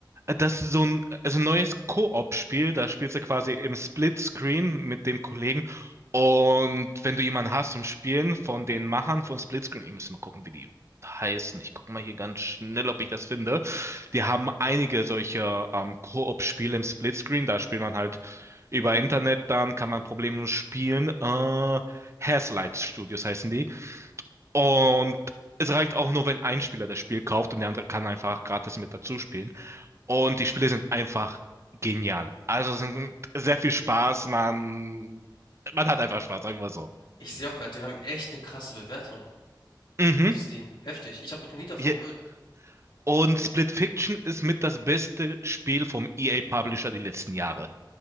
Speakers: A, on the right; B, on the left.
A: Das ist so ein, also ein neues Koop-Spiel, da spielst du quasi im Splitscreen mit dem Kollegen. Und wenn du jemanden hast zum Spielen von den Machern von Splitscreen, ich muss mal gucken, wie die heißen. Ich gucke mal hier ganz schnell, ob ich das finde. Die haben einige solcher ähm, Koop-Spiele im Splitscreen. Da spielt man halt über Internet, dann kann man problemlos spielen. Äh, Hazelight Studios heißen die. Und es reicht auch nur, wenn ein Spieler das Spiel kauft und der andere kann einfach gratis mit dazu spielen. Und die Spiele sind einfach genial. Also es sind sehr viel Spaß, man, man hat einfach Spaß, sagen wir mal so.
B: Ich sehe auch gerade, die haben echt eine krasse Bewertung
A: Mhm.
B: auf Steam. Heftig. Ich habe noch nie davon
A: Je-
B: gehört.
A: Und Split Fiction ist mit das beste Spiel vom EA Publisher die letzten Jahre.